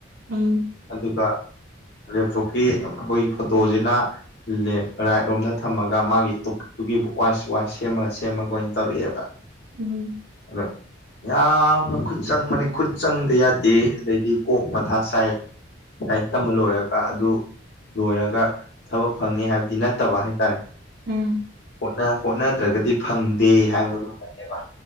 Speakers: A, on the right; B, on the left.
A: ꯎꯝ
B: ꯑꯗꯨꯒ ꯂꯦꯞꯇꯣꯞꯀꯤ ꯑꯩꯈꯣꯏꯒꯤ ꯐꯣꯇꯣꯁꯤꯅ ꯂꯦꯐ ꯔꯥꯏꯠ ꯔꯣꯝꯗ ꯊꯝꯃꯒ ꯃꯥꯒꯤ ꯇ ꯑꯗꯨꯒꯤ ꯋꯥꯏꯁ ꯋꯥꯏꯁ ꯁꯦꯝꯃꯒ ꯁꯦꯝꯃꯒ ꯑꯣꯏꯅ ꯇꯧꯔꯛꯑꯦꯕ
A: ꯎꯝ
B: ꯑꯗꯣ ꯌꯥꯝꯅ ꯈꯨꯠ ꯆꯪꯕꯅꯤ ꯈꯨꯠ ꯆꯪꯗ ꯌꯥꯗꯦ ꯑꯗꯩꯗꯤ ꯀꯣꯛ ꯃꯊꯥ ꯉꯥꯏ ꯂꯥꯏꯛ ꯇꯝꯕ ꯂꯣꯏꯔꯒ ꯑꯗꯨ ꯂꯣꯏꯔꯒ ꯊꯕꯛ ꯐꯪꯉꯦ ꯍꯥꯏꯕꯗꯤ ꯅꯠꯇꯕ ꯍꯥꯏꯇꯥꯔꯦ
A: ꯎꯝ
B: ꯍꯣꯠꯅ ꯍꯣꯠꯅꯗ꯭ꯔꯒꯗꯤ ꯐꯪꯗꯦ ꯍꯥꯏꯕꯒꯨꯝꯕꯅꯦꯕ